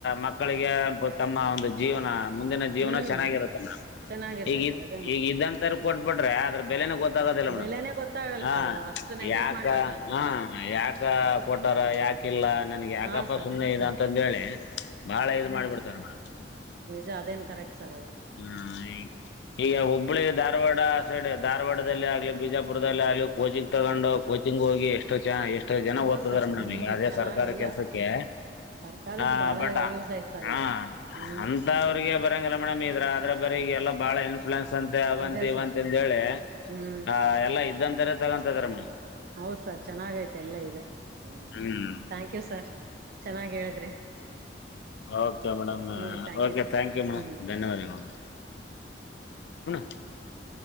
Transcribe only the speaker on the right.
ಹ್ಮ್
ಚೆನ್ನಾಗಿರ್ತದ
ಸರ್ ಅದೇ ಮತ್ತ
ಬೆಲೆನೇ
ಗೊತ್ತಾಗಲ್ಲ
ಸರ್ ಅಷ್ಟು ನೆಗ್ಲೆಕ್ಟ್
ಮಾಡ್ಬಿಡ್ತಾರ
ಅವ್ರು
ಹಾ ಸರ್
ಜ ಅದೇನ್ ಕರೆಕ್ಟ್ ಸರ್ ಅದು
ಹೌದ್
ಸರ್
ಹ್ಮ್
ಚೆನ್ನಾಗ್
ಇಲ್ಲ
ಸರ್ಕಾರದ್
ಬಾಳ
ಯೂಸ್ ಐತ್ ಸರ್
ಈಗ ಹ್ಮ್
ಅದೇ
ಸರ್
ಹ್ಮ್
ಹೌದ ಸರ್ ಚೆನ್ನಾಗೈತೆ ಎಲ್ಲ ಈಗ ಹ್ಮ
ಥ್ಯಾಂಕ್ ಯು ಸರ್ ಚೆನ್ನಾಗಿ ಹೇಳಿದ್ರಿ.
ಹ್ಮ್
ಸರ್
ಹ್ಮ್